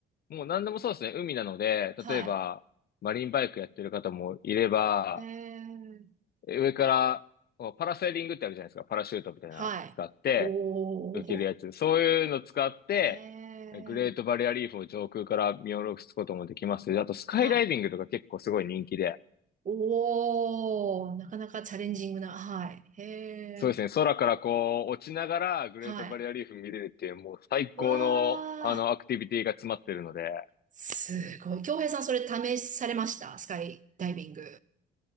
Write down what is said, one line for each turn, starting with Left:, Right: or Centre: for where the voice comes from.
Left: もう何でもそうですね、海なので、
Right: はい。
Left: 例えば、マリンバイクやってる方もいれば、
Right: ええ。
Left: 上から、パラセーリングってあるじゃないですか。パラシュートみたいなの使って、
Right: はい。おお。
Left: 受けるやつ。そういうの使って、
Right: ええ。
Left: グレートバリアリーフを上空から見下ろすこともできますし、あとスカイダイビングとか結構すごい人気で、
Right: はい。おお。なかなかチャレンジングな。はい。へ
Left: そうですね、
Right: え。
Left: 空からこう落ちながらグレートバリアリーフ見れるっていうもう最高のあのアクティビティが詰まってるので、
Right: はい。わあ。すごい。京平さん、それ試されましたスカイダイビング。